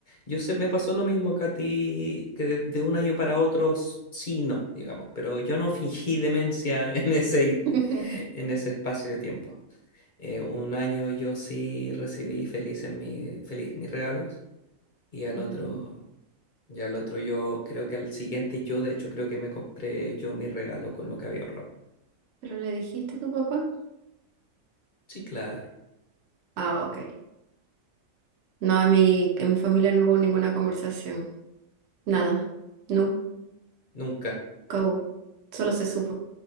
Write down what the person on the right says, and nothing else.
<laughs>
Ujú.
¿Pero le dijiste a tu papá?
Ah, ok. No, en mi, en mi familia no hubo ninguna conversación. Nada. Nunca
hubo. Solo se supo.